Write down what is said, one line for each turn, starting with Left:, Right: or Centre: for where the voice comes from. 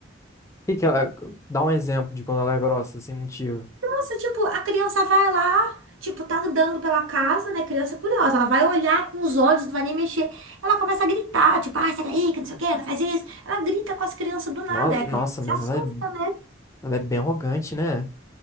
Left: que que ela. Dá um exemplo de quando ela é grossa, sem motivo.
Right: Nossa, tipo, a criança vai lá, tipo, tá andando pela casa, né? Criança é curiosa, ela vai olhar com os olhos, não vai nem mexer. Ela começa a gritar, tipo, ai, sai daí, que não sei o quê, não faz isso. Ela grita com as crianças do nada,
Left: No-
Right: é, a
Left: Nossa,
Right: criança se
Left: mas
Right: assusta,
Left: ela é.
Right: né?
Left: Ela é bem arrogante, né?